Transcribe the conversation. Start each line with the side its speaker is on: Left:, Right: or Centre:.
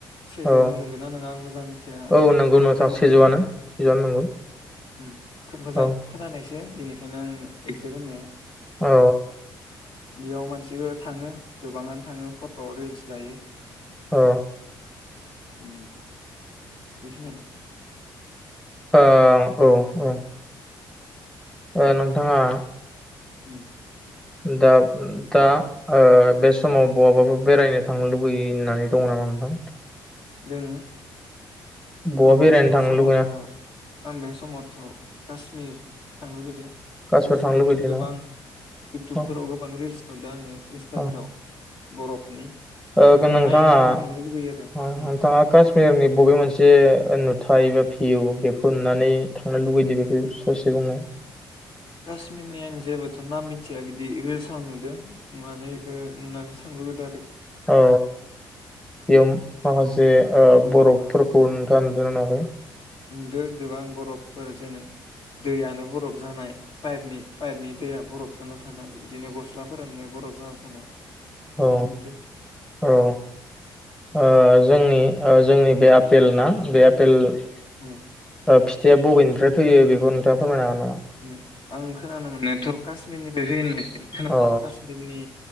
Left: सेजौ
Centre: औ
Left: नंगोनना नङा आं मोजां मिथिया आं
Centre: औ
Left: थांफेराखै
Centre: नंगौ नोंथां
Left: नालाय
Centre: सेजौआनो सेजौआनो नंगौ
Left: उम मोजां
Centre: औ
Left: खोनानायसो बेनिखायनो आं एक्जेक्ट होनो
Centre: औ
Left: बेयाव मानसिबो थाङो गोबाङानो थाङो फट रिल्स लायो
Centre: अ
Left: उम बेखिनियानो
Centre: ओं औ औ ओ नोंथाङा
Left: उम
Centre: दाब दा ओ बे समाव बहाबाफोर बेरायनो थांनो लुुबैनानै दङ नामा नोंथां?
Left: दोङो
Centre: बहा
Left: आं दा
Centre: बेरायनो
Left: बे
Centre: थांनोलुबैया
Left: समावथ' आं बे समावथ कासमिर थांनो लुगैदों
Centre: काश्मीर
Left: कासमिरनि
Centre: थांनो लुबैदोंना
Left: गोबां इउटुबफोराव
Centre: औ
Left: गोबां रिल्स नुदों आङो इन्स्टाफोराव
Centre: औ
Left: बरफोरनि
Centre: ओ
Left: बेखौ
Centre: नोंथाङा
Left: नाय नायहैनो लुबैयो आरो
Centre: नोंथाङा
Left: उम
Centre: कासमिरनि बबे मोनसे नुथाय बा भिउ बेखौ नुनानै थांनो लुबैदों बेखौ ससे बुंनाय
Left: कासमिरनि आं जेबोथ नाम मिथिया बिदि रिल्स आव नुदों नुनानै बेखौ नुनानै थांलुगैदों आरोखि
Centre: औ बेयाव माखासे बरफोरखौ नोंथाङा नुदोना नुआखै
Left: नुदों गोबां बरफ ओ जेरै दैआनो बरफ जानाय पायेपनि पायेपनि दैया बरफ जाना थानाय बिदिनो गस्लाफोराननाया बरफ जाना थानाय बेफोरखौ
Centre: औ-औ
Left: नुदो
Centre: ओ जोंनि ओ जोंनि बे आपेल ना बे आपेल ओ
Left: उम
Centre: फिथाइया बबेनिफ्राय फैयो बेखौ नोंथां फोरमायनो हागोन नामा
Left: ओम आं खोनानो मोननायाथ' काश्मिरनिफ्राय फैनाय खोनादों
Centre: औ
Left: कश्मिरनि